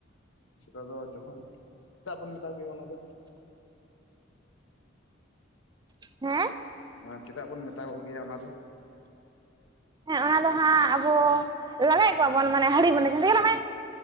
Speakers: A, on the left (about 85°); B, on the right (about 20°).
A: ᱥᱮᱛᱟ ᱫᱚ ᱡᱚᱠᱷᱚᱱ ᱪᱮᱛᱟᱜ ᱵᱚᱱ ᱢᱮᱛᱟᱣ ᱜᱮᱭᱟ ᱚᱱᱟ ᱫᱚ?
B: ᱦᱮᱸ
A: ᱦᱮᱸ ᱪᱮᱫᱟᱜ ᱵᱚᱱ ᱢᱮᱛᱟ ᱠᱚᱜᱮᱭᱟ ᱚᱱᱟ ᱫᱚ,
B: ᱦᱮᱸ ᱚᱱᱟ ᱫᱚ ᱦᱟᱸᱜ ᱟᱵᱚ ᱞᱟᱜᱟᱭᱮᱫ ᱠᱚᱣᱟ ᱵᱚᱱ ᱢᱟᱱᱮ ᱦᱟᱹᱲᱤ ᱢᱟᱱᱮ ᱡᱮ ᱦᱟᱹᱲᱤ ᱪᱟᱞᱟᱜ ᱢᱮ,